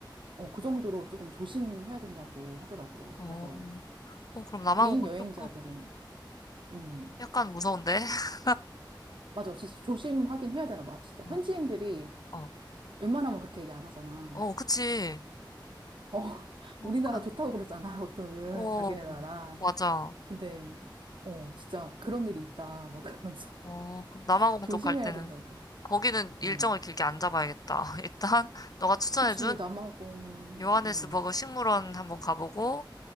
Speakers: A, on the right; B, on the left.
A: 어, 그 정도로 조금 조심해야 된다고 하더라고.
B: 어,
A: 그래서
B: 어, 그럼 남아공은
A: 개인 여행자들은
B: 조금
A: 음,
B: 약간 무서운데? <laughs>
A: 맞아. 진짜 조심하긴 해야 되나 봐. 진짜
B: 어,
A: 현지인들이
B: 어,
A: 웬만하면 그렇게 얘기 안 하잖아.
B: 어, 그치?
A: 어, <laughs>
B: 어,
A: 우리나라
B: 간-
A: 좋다고 그러잖아, 보통은.
B: 어,
A: 자기네 나라.
B: 맞아.
A: 근데, 어, 진짜 그런 일이 있다. 막 그러면서.
B: 어, 그럼 남아공
A: <laughs> 조심해야
B: 쪽 갈 때는
A: 된다고.
B: 거기는 일정을
A: 음.
B: 길게 안 잡아야겠다. <laughs> 일단 너가 추천해준
A: 그치, 남아공,
B: 요하네스버그
A: 음.
B: 식물원 한번 가보고